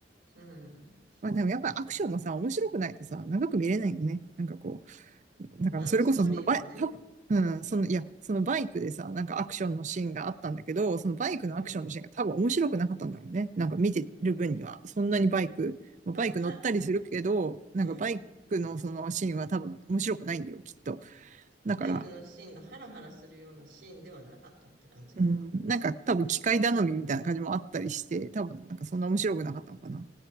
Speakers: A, on the right; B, on the right.
A: うん。
B: まあでもやっぱりアクションもさ、
A: うん
B: 面白くないとさ、長く見れないよね。なんかこう。だからそれこそそのバイ、
A: まあ、ストーリーもね、
B: たうん、その、いや、そのバイクでさ、なんかアクションのシーンがあったんだけど、
A: うん。
B: そのバイクのアクションのシーンが多分面白くなかったんだろうね。
A: うん。
B: なんか見てる分には、そんなにバイク、まあバイク乗ったりするけど、
A: あ、は、
B: なんかバイクのそのシーンは多分面白くないんだよ、
A: うん。
B: きっと。だから、
A: バイクのシーンがハラハラするようなシーンではなかったって感じかな。
B: うん、なんか多分機械頼みみたいな感じもあったりして、多分なんかそんな面白くなかったのかな。